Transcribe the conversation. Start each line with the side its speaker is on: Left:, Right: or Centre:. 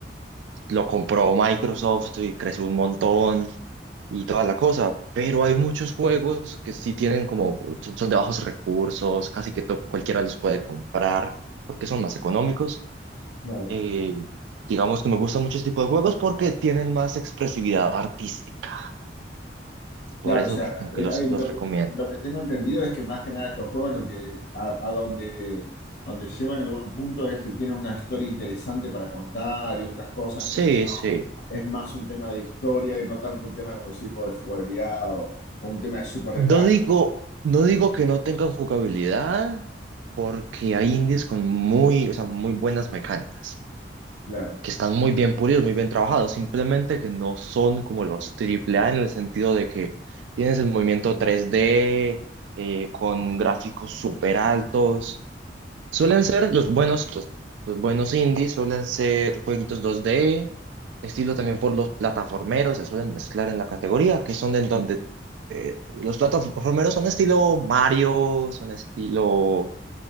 Right: lo compró Microsoft y creció un montón y toda la cosa, pero hay muchos juegos que sí tienen como, son son de bajos recursos, casi que to- cualquiera los puede comprar porque son más económicos.
Left: Claro,
Right: Eh, digamos que me gustan muchos tipos de juegos porque tienen más expresividad artística,
Left: claro,
Right: por eso
Left: o sea,
Right: que como
Left: eh,
Right: que los,
Left: hay-
Right: los
Left: lo
Right: recomiendo.
Left: que, lo que tengo entendido es que más que nada estos juegos, lo que a, a donde, donde llevan el buen punto es que tienen una historia interesante para contar y otras cosas que
Right: Sí,
Left: no-
Right: sí.
Left: es más un tema de historia y no tanto un tema, como decís vos, de jugabilidad o, o un tema de super detalle.
Right: No digo, no digo que no tengan jugabilidad, porque hay indies con muy, o sea, muy buenas mecánicas.
Left: Claro.
Right: que están muy bien pulidos, muy bien trabajados, simplemente que no son como los AAA en el sentido de que tienes el movimiento 3D eh, con gráficos súper altos. Suelen ser los buenos, los, los buenos indies, suelen ser jueguitos 2D, estilo también por los plataformeros, se suelen mezclar en la categoría, que son en donde eh, los plataformeros son estilo Mario, son estilo